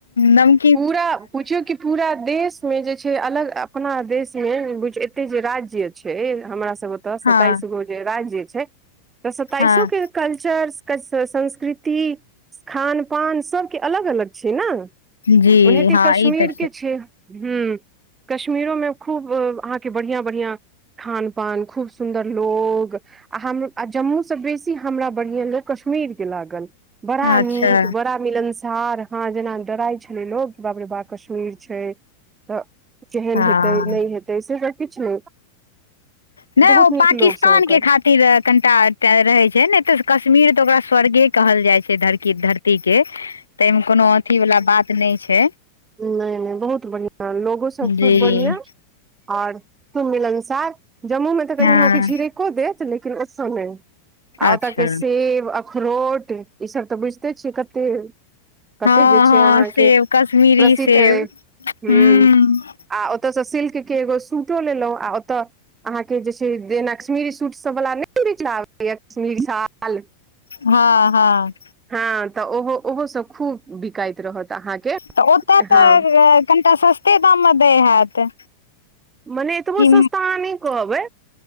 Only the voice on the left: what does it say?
नम
हँ
हँ
जी
हँ
ई तऽ
अच्छा
हँ
नहि
ओ
पाकिस्तान
के खा तिर कनटा एकटा रहै छै, नहि तऽ कश्मीर तऽ, ओकरा स्वर्गे कहल जाइ छै धरकी- धरती के। तयमे कोनो अथी वला बात नहि छै।
जी
हँ
अच्छा
हँ
हँ
सेब कश्मीरी
सेब
हूँ
हँ- हँ।
तऽ ओतऽ तऽ
कनटा सस्ते दाम मे दै हैत।
कि